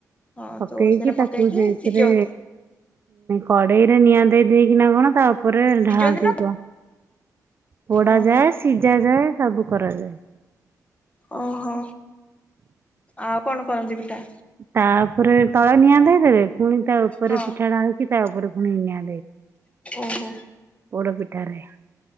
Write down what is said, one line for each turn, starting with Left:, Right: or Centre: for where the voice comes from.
Left: ହଁ
Right: ପକେଇକି
Left: ତ ସେରା
Right: ତାକୁ ସେଇଥିରେ
Left: ସିଝନ୍ତି
Right: କଡେଇରେ ନିଆଁ ଦେଇ ଦେଇକିନା କଣ ତା ଉପ ଢାନ୍ତି
Left: ସିଝନ୍ତି ନା
Right: କ ପଡା
Left: ଓହୋ
Right: ଯାଏ ସିଝା ଯାଏ ସବୁ କରାଯାଏ।
Left: ଓହୋ ଆଉ କଣ କରନ୍ତି ବିଟା
Right: ତାପରେ ତଳେ ନିଆଧ ହେଦେବେ ପୁଣି ତା ଉପରେ
Left: ହଁ
Right: ପିଠାଢାଳକି ତା ଉପରେ ଫୁଣି ନିଆ
Left: ଓହୋ
Right: ପଡ ପିଠାରେ